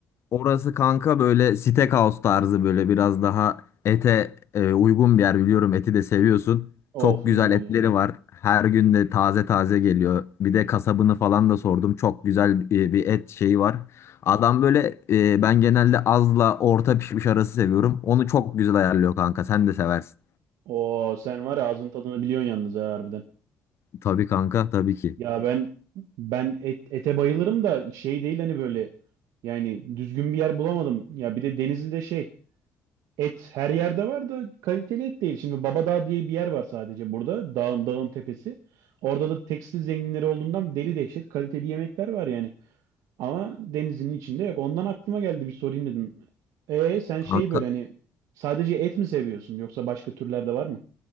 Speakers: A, on the left; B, on the right.
A: orası kanka böyle steakhouse tarzı böyle biraz daha ete e, uygun bir yer biliyorum. Eti de seviyorsun.
B: Of
A: Çok
B: ne
A: güzel
B: diyorsun
A: etleri
B: ya?
A: var. Her gün de taze taze geliyor. Bir de kasabını falan da sordum. Çok güzel bir, bir et şeyi var. Adam böyle e, ben genelde azla orta pişmiş arası seviyorum. Onu çok güzel ayarlıyor kanka. Sen de seversin.
B: Oo sen var ya ağzın tadını biliyorsun yalnız ha harbiden.
A: Tabii kanka tabii ki.
B: Ya ben ben et, ete bayılırım da şey değil hani böyle yani düzgün bir yer bulamadım. Ya bir de Denizli'de şey Et her yerde var da kaliteli et değil. Şimdi Babadağ diye bir yer var sadece burada. Dağın dağın tepesi. Orada da tekstil zenginleri olduğundan deli dehşet kaliteli yemekler var yani. Ama denizin içinde yok. Ondan aklıma geldi bir sorayım dedim. E sen
A: Kanka
B: şey böyle hani sadece et mi seviyorsun yoksa başka türler de var mı?